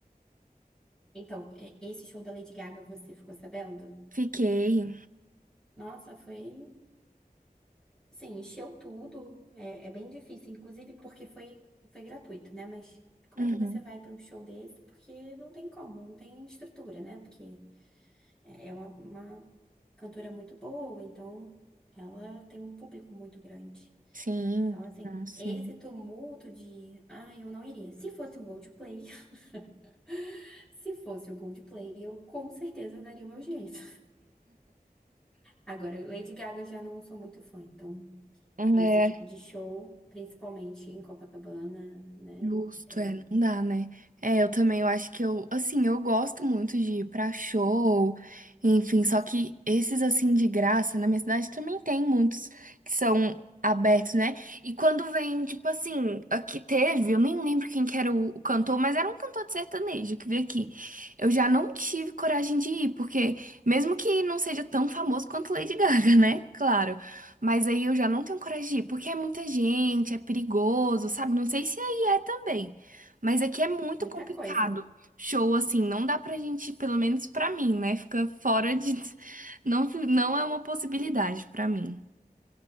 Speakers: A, in the centre; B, on the right.
A: Então, é, esse show da Lady Gaga, você ficou sabendo?
B: Fiquei.
A: Nossa, foi. Sim, encheu tudo. É, é bem difícil, inclusive porque foi, foi gratuito, né? Mas como
B: Uhum.
A: é que você vai para um show desse? Porque não tem como, não tem estrutura, né? Porque é é uma, uma cantora muito boa, então ela tem um público muito grande.
B: Sim,
A: Então, assim,
B: ah, sim.
A: esse tumulto de, ah, eu não iria. Se fosse o Coldplay, <laughs> se fosse o Coldplay, eu com certeza daria o meu jeito. Agora, Lady Gaga eu já não sou muito fã, então.
B: É,
A: esse tipo de show, principalmente em Copacabana, né?
B: Justo,
A: É
B: é, não dá, né? É, eu também, eu acho que eu, assim, eu gosto muito de ir pra show, enfim, só que esses, assim, de graça, na minha cidade também tem muitos que são abertos, né? E quando vem, tipo assim, aqui teve, eu nem lembro quem que era o, o cantor, mas era um cantor de sertanejo que veio aqui. Eu já não tive coragem de ir, porque mesmo que não seja tão famoso quanto Lady <laughs> Gaga, né? Claro. Mas aí eu já não tenho coragem de ir, porque é muita gente, é perigoso, sabe? Não sei se é e é também. Mas aqui é muito
A: muita
B: complicado.
A: coisa.
B: Show, assim, não dá pra gente, pelo menos pra mim, né? Fica fora de. <laughs> Não, não é uma possibilidade pra mim.